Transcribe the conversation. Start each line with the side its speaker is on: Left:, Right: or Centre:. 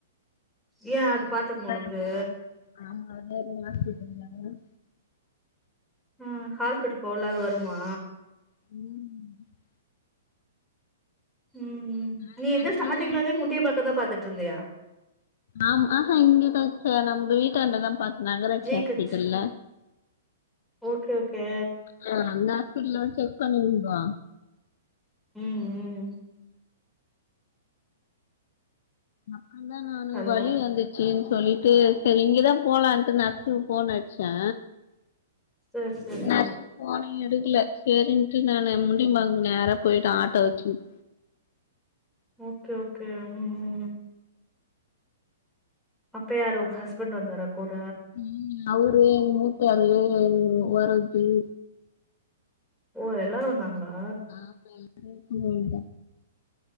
Centre: ஏ அது பாத்துக்குமா
Left: போறே
Centre: வந்து
Left: போறேன்னா ஆமா நேர்ல ஹாஸ்பிட்டல் வந்தாங்க
Centre: ம் ஹாஸ்பிட்டல் போல அது வருமா
Left: ம்
Centre: ம் ம்
Left: நான்
Centre: நீ
Left: யாரும்
Centre: எங்க ஸ்டார்டிங்லேந்தே
Left: இல்ல
Centre: முட்டய பக்கோ தா பாத்துட்டு இருந்தியா
Left: ஆமா ஆ ஹா இங்கதா அட்சயா நம்ம வீட்டாண்டதா பாத்தே நகராட்சி
Centre: ஜி
Left: ஹாஸ்பிட்டல்ல
Centre: ஹச் ஓகே ஓகே
Left: அ ஆ அந்த ஹாஸ்பிட்டல வந்து செக் பண்ணிங்கோ
Centre: ம், ம்
Left: அப்றந்தா நானு
Centre: ஹலோ
Left: வலி வந்து ச்சின்னு சொல்லிட்டு சேரி இங்கதா போலான்ட்டு நர்ஸ்க்கு ஃபோன் அடிச்சே
Centre: சரி சரி
Left: நர்ஸ் ஃபோனே எடுக்கல, சேரின்ட்டு நானு முடிமாங்கு நேரா போயிட்டே ஆட்டோ வச்சுக்கினு
Centre: ஓகே ஓகே ம், ம், ம் அப்ப யாரு உங்க ஹஸ்பண்ட் வந்தாரா கூட
Left: ம், அவரு எங்க மூத்தாரு, ம், வேற ஒருத்தரு
Centre: ஓ எல்லாரு வந்தாங்ளா
Left: ஆமா எல்லாரு இழுத்துனு போயிட்ட